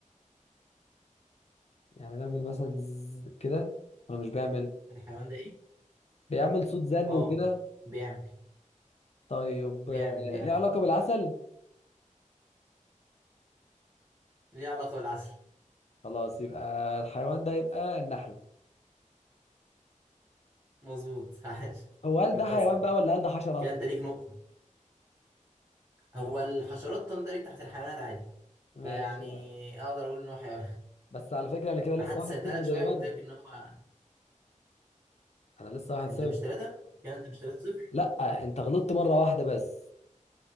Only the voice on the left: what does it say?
يعني بيعمل مثلا ز... كده ولا مش بيعمل
بيعمل صوت زن
وكده
طيب
آه،
ليه علاقة بالعسل
خلاص يبقى الحيوان ده يبقى النحلة
هو هل
ده حيوان
بقى ولا هل ده حشرة
ماشي
بس على فكرة انا كده لسه
واحد
صفر
زي ما
انا
انا لسه واحد صفر
لا انت غلطت مرة واحدة بس